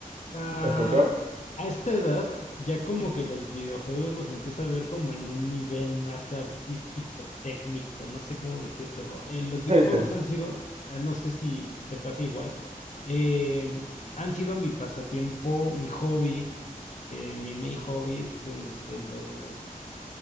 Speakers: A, on the left; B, on the right.
A: ah,
B: ¿Te escuchó?
A: a esta edad ya como que los videojuegos los empieza a ver como en un nivel más artístico, técnico, no sé cómo decírtelo. Eh, los videojuegos
B: Sí, sí.
A: han sido, eh, no sé si, si te pasa igual, eh, han sido mi pasatiempo, mi hobby, eh, mi main hobby desde los